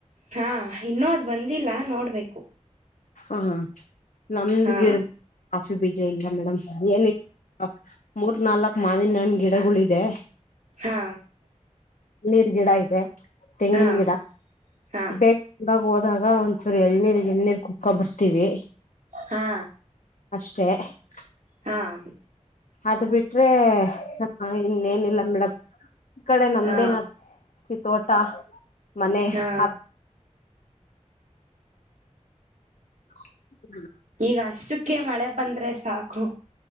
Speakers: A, on the right; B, on the left.
A: ಹಾ ಇನ್ನೂ ಅದ್ ಬಂದಿಲ್ಲ ನೋಡ್ಬೇಕು
B: ಅಹಾ. ನಮ್ದ್
A: ಹಾ
B: ಗಿಡದ್ <unintelligible> ಬೀಜ ಇಲ್ಲ. ಮೇಡಮ್, ಏನಿದ್ ಮೂರ್ ನಾಲ್ಕ್ ಮಾವಿನಹಣ್ ಗಿಡಗುಳ್ ಇದೆ
A: ಹಾ.
B: ನೀರ್ ಗಿಡ ಇದೆ. ತೆಂಗಿನ್
A: ಹಾ
B: ಗಿಡ
A: ಹಾ
B: ಬೇ ಬಂದಾಗ್ ಓದಾಗ ಒಂದ್ಚೂರ್ ಎಳ್ನೀರ್ ಗಿಳ್ನೀರ್ ಕುಡ್ <unintelligible> ಬರ್ತೀವಿ.
A: ಹಾ.
B: <unintelligible>
A: ಹಾಮ್
B: ಅದ್ ಬಿಟ್ರೆ ಸ್ವಲ್ಪ ಇನ್ನೇನಿಲ್ಲಪ್ ಮೇಡಂ, ಈ ಕಡೆ ನಮ್ದೇನ್
A: ಹಾ
B: <unintelligible> ತೋಟಾ ಮನೆ
A: ಹಾ
B: ಅ <inaudible>
A: ಅದ್ ಅಷ್ಟಕ್ಕೆ ಮಳೆ ಬಂದ್ರೆ ಸಾಕು.